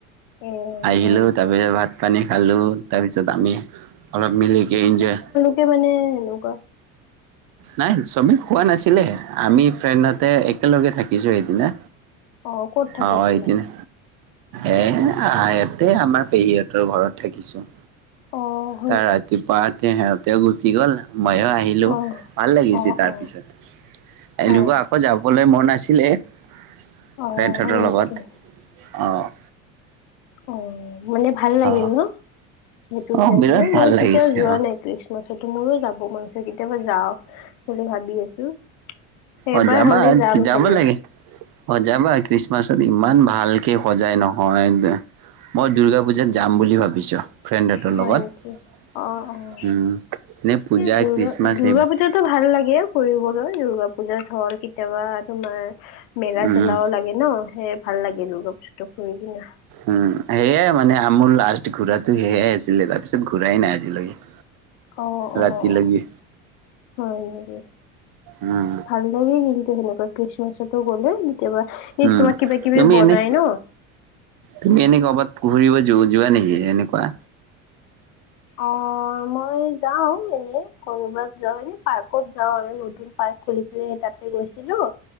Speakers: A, on the left; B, on the right.
A: এ
B: আহিলো
A: হয় নেকি
B: তাৰ পিছত ভাত -পানী খালো। তাৰপিছত আমি অলপ মিলিকে ইঞ্জয়-
A: তে মানে এনেকুৱা-
B: নাই চবেই শুৱা নাছিলে, আমি ফ্ৰেণ্ডহতে একেলগে থাকিছো সেইদিনা।
A: অ ক'ত থাকিছিলা
B: অঁ, সেইদিনা। এ ইয়াতে আমাৰ পেহীহঁতৰ ঘৰত থাকিছো।
A: অঁ।
B: তাৰ ৰাতিপুৱা উঠি সিহঁতেও গুচি গ'ল, মইও আহিলোঁ।
A: অ
B: ভাল লাগিছে
A: অ
B: তাৰ
A: অ
B: পিছত। এনেকুৱা
A: অ
B: আকৌ যাবলৈ মন আছিলে ফ্ৰেণ্ডহঁতৰ
A: অ হয়
B: লগত।
A: নেকি
B: অঁ।
A: অঁ, মানে ভাল লাগিল
B: অ
A: ন সেইটোত
B: অ',
A: যাই
B: বিৰাট
A: কিনে। মই
B: ভাল লাগিছে
A: কেতিয়াও যোৱা
B: অ',
A: নাই। খ্ৰীষ্টমাছতো মোৰো যাব মন আছে, কেতিয়াবা যাওঁ বুলি ভাবি আছো। এইবাৰ
B: অঁ, যাবা,
A: হ'লে যাম
B: যাব
A: চাগে
B: লাগে। অঁ, যাবা খ্ৰীষ্টমাছত ইমান ভালকে সজাই নহয়। মই দুৰ্গা পূজাত যাম বুলি ভাবিছোঁ। ফ্ৰেণ্ডহঁতৰ
A: হয়
B: লগত
A: নেকি অ অ
B: হম, এনেই পূজা,
A: এই দুৰ্গা
B: খ্ৰীষ্টমাছ
A: দুৰ্গা
B: সেইবোৰত।
A: পূজাতো ভাল লাগে ফুৰিবলৈ, দূৰ্গা পুজাত হ'ল কেতিয়াবা তোমাৰ মেলা
B: উম,
A: চেলাও। লাগে ন, সেয়ে ভাল লাগে দুৰ্গা পূজাটো ফুৰি কিনে।
B: উম, সেয়াই মানে মোৰ লাষ্ট ঘূৰাতো সেয়াই আছিলে তাৰপিছত ঘূৰাই নাই আজিলৈকে।
A: অঁ, অঁ,
B: ৰাতিলৈকে
A: হয় নেকি?
B: উম,
A: ভালে। মইয়ো কিন্তু সেনেকুৱা খ্ৰীষ্টমাছটো গ'লে কেতিয়াবা- এই
B: হম,
A: তোমাৰ কিবা কিবি
B: তুমি
A: বনাই
B: এনেই-
A: ন
B: তুমি এনে ক'ৰবাত ফুৰিব যো যোৱা নেকি এনেকুৱা?
A: অঁ, মই যাওঁ এনে। শনিবাৰত যাওঁ, এনে পাৰ্কত যাওঁ আৰু নতুন পাৰ্ক খুলিছিল সেই তাতে গৈছিলোঁ।